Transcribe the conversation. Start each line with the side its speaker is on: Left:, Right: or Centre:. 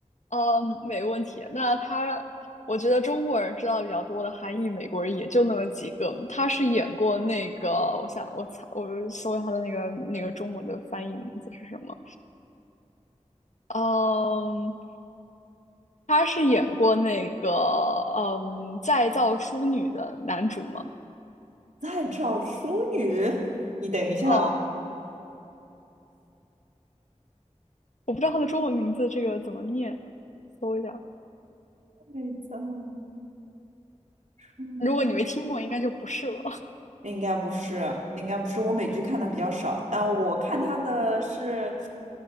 Left: 嗯，没问题。那他，我觉得中国人知道比较多的韩裔美国人也就那么几个。他是演过那个，我想我猜，我搜一下他的那个那个中文的翻译名字是什么？嗯，他是演过那个嗯再造淑女的男主吗？
Right: 在找淑女，你等一下哦，
Left: 嗯，我不知道他的中文名字这个怎么念，搜一下。
Right: 再造淑女
Left: 如果你没听过，应该就不是了
Right: 应该不是，应该不是，我美剧看的比较少，但我看她的是，